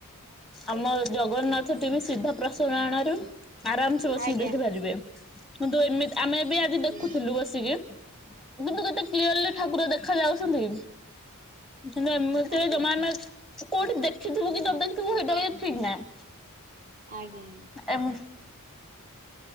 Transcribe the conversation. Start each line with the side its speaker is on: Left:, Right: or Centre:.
Centre: ଆମ ଜଗନ୍ନାଥ ଟିଭି ସିଧା ପ୍ରସନ ଆଣାରୁ ଆରାମସେ ବସିକି
Right: ଆଜ୍ଞା
Centre: ଦେଖିପାରିବେ
Right: ଆଜ୍ଞା।
Centre: କିନ୍ତୁ ଏମିତି ଆମେ ବି ଆଜି
Right: ଆଜ୍ଞା
Centre: ଦେଖୁଥିଲୁ ବସିକି କିନ୍ତୁ କେତେ କ୍ଲିୟରଲି ଠାକୁର ଦେଖା ଯାଉଛନ୍ତି କିନ୍ତୁ ଏମିତି
Right: ଆଜ୍ଞା
Centre: ଜମାନେ କୋଉଠି ଦେଖିଥିବୁ କି ନ ଦେଖିଥିବୁ ସେଇଟା ବି ଠିକ ନାହିଁ
Right: ଆଜ୍ଞା ଆଜ୍ଞା
Centre: ଏମ୍